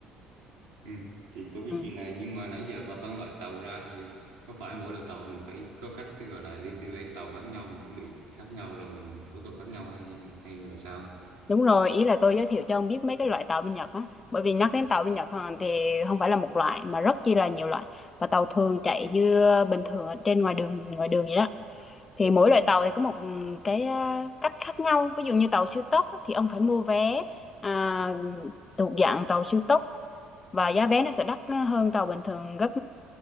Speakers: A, on the right; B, on the left.
A: Ừ, thì tôi biết
B: ừ.
A: chuyện này nhưng mà nãy giờ bà phân loại tàu ra thì có phải mỗi loại tàu mình phải có cách để gọi là đi, đi lên tàu khác nhau mình chuẩn bị khác nhau rồi mình thủ tục khác nhau hay, hay là sao?
B: đúng rồi ý là tôi giới thiệu cho ông biết mấy cái loại tàu bên Nhật á bởi vì nhắc đến tàu bên Nhật à, thì không phải là một loại mà rất chi là nhiều loại và tàu thường chạy như bình thường ở trên ngoài đường ngoài đường vậy đó thì mỗi loại tàu thì có một ừm, cái à, cách khác nhau ví dụ như tàu siêu tốc á, thì ông phải mua vé à, thuộc dạng tàu siêu tốc và giá vé nó sẽ đắt hơn tàu bình thường gấp